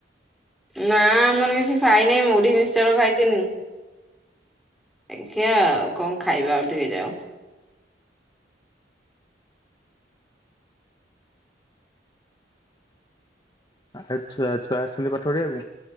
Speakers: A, in the centre; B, on the left.
A: ନା ଆମର କିଛି ଖାଇନେଇ ମୁଁଢି ମିସର ଖାଇଥିନି। ଆଜ୍ଞା ଆଉ କଣ ଖାଇବା ଆଉ ଟିକେ ଯାଉ?
B: ଆଉ ଖାଲି ଛୁଆ ଛୁଆ ଆସିଛନ୍ତି ପାଠ ପଢ଼ିବାକୁ।